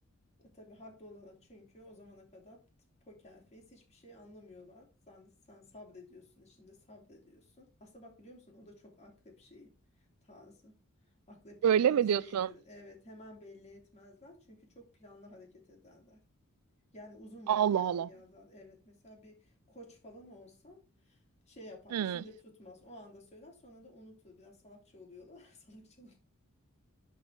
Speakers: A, on the left; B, on the right.
A: E, Tabii haklı olarak çünkü o zamana kadar t- poker face hiçbir şey anlamıyorlar. Sen, sen sabrediyorsun, içinde sabrediyorsun. Aslında bak biliyor musun o da çok akrep şeyi tarzı. Akrepler
B: Öyle
A: biraz
B: mi
A: şeydir.
B: diyorsun?
A: Evet hemen belli etmezler çünkü çok planlı hareket ederler. Yani uzun
B: Allah
A: vadeye
B: Allah.
A: yayarlar. Evet mesela bir koç falan olsa şey yapar,
B: Hmm.
A: içinde tutmaz. O anda söyler sonra da unutur. Biraz salakça oluyorlar. <laughs> Salakça